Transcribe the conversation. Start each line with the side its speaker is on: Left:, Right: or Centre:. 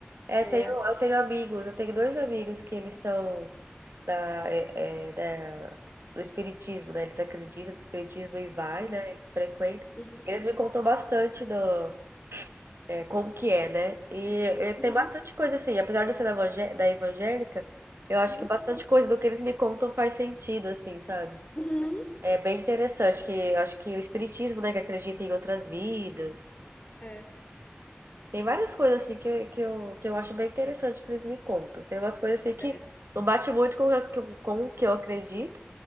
Right: É,
Left: É.
Right: tenho, eu tenho amigos, eu tenho dois amigos que eles são da, é, é, da do espiritismo, né? Eles acreditam no espiritismo e vai,
Left: Uhum,
Right: né? Eles frequentam.
Left: uhum,
Right: eles me contam bastante do, é, como que é, né? E, e
Left: uhum,
Right: tem bastante coisa assim, apesar de eu ser da, evangé- da evangélica, eu acho
Left: uhum,
Right: que bastante coisa do que eles me contam faz sentido, assim, sabe?
Left: uhum.
Right: É bem interessante que acho que o espiritismo, né, que acredita em outras vidas.
Left: É,
Right: Tem várias coisas assim que, eu- que eu, que eu acho bem interessante que eles me contam. Tem umas coisas assim que
Left: é.
Right: não bate muito com, o que eu- com o que eu acredito,